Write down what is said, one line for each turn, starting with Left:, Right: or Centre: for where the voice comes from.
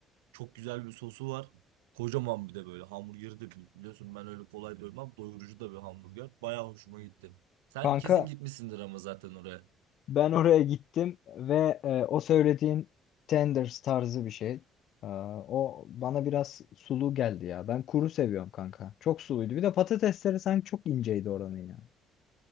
Right: Çok güzel bir sosu var. Kocaman bir de böyle hamburgeri de büyük. Biliyorsun ben öyle kolay doymam. Doyurucu da bir hamburger. Bayağı hoşuma gitti. Sen
Left: Kanka
Right: kesin gitmişsindir ama zaten oraya.
Left: ben oraya gittim ve e, o söylediğin tenders tarzı bir şey. E, o bana biraz sulu geldi ya. Ben kuru seviyorum kanka. Çok suluydu. Bir de patatesleri sanki çok inceydi oranın ya.